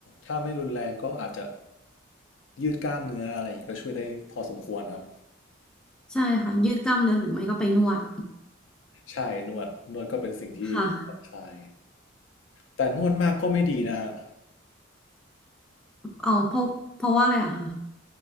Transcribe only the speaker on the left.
ถ้าไม่รุนแรงก็อาจจะยืดกล้ามเนื้ออะไรอย่างงี้ก็ช่วยได้พอสมควรครับ
ใช่นวดนวดก็เป็นสิ่งที่ผ่อนคลาย
แต่นวดมากก็ไม่ดีนะฮะ